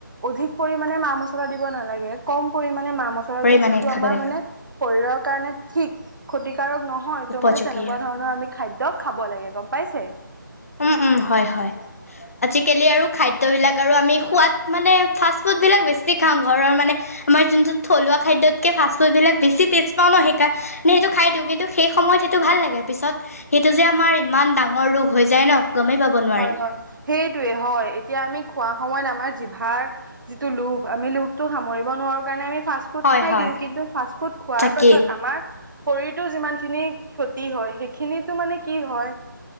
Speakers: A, on the right; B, on the left.
A: অধিক পৰিমামানে মা মছলা দিব নালাগে কম পৰিমমানমানে মা মছলা
B: পৰিমাণে
A: দি যিটো
B: খাব
A: আমাৰ
B: লাগিব
A: মানে শৰীৰৰ কাৰণে ঠিক ক্ষতিকাৰক নহয় তটো
B: উপযোগী
A: মানে তেনেকুৱা
B: আৰু
A: ধৰণৰ আমি খাদ্য খাব লাগে গম পাইছে
B: উম- উম- হয় -হয় আজিকালি আৰু খাদ্যবিলাক আৰু আমি সোৱাদ মানে ফাষ্ট ফুডবিলাক বেছি খাওঁ ঘৰৰ মানে আমাৰ যোনটো থলুৱা খাদ্যতকে ফাষ্ট ফুড বিলাক বেছি টেষ্ট পাওঁ ন সেইকাৰণ নে সেইটো খাই দিওঁ কিন্তু সেই সময়ত সেইটো ভাল লাগে পিছত সেইটো যে আমাৰ ইমান ডাঙৰ ৰোগ হৈ যায় ন গমেই পাব নোৱাৰি
A: হয় -হয়- সেইটোোৱে হয় এতিয়া আমি খোৱা সময়ত আমাৰ জিভাৰ যিটো লোভ আমি লোভটো সামৰিব নোৱাৰো কাৰণে আমি ফাৰ্ষ ফুড
B: হয়
A: খাই
B: হয়
A: দিওঁ কিন্তু ফাষ্ট ফুড খোৱাৰ
B: তাকেই
A: পাছত আমাৰ শৰীৰতটো যিমান খিনি ক্ষতি হয় সেইখিনি মানে কি হয়